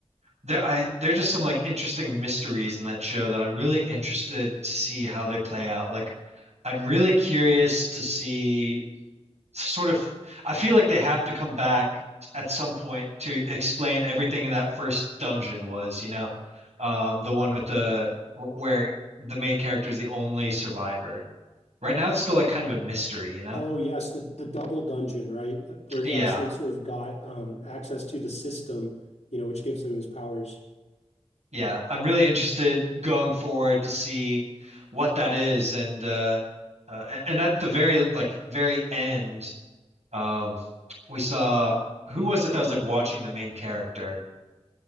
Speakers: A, on the right; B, on the left.
A: there I there's just some like interesting mysteries in that show that I'm really interested to see how they play out. Like, I'm really curious to see sort of. I feel like they have to come back at some point to explain everything in that first dungeon was, you know, um, the one with the where the main character is the only survivor. Right now, it's still like kind of a mystery, you know.
B: Oh yes, the the double dungeon, right? Where he
A: Yeah,
B: actually sort of got um, access to the system, you know, which gives him his powers.
A: yeah. I'm really interested going forward to see what that is and uh, uh a- and at the very like very end um we saw who was it that was like watching the main character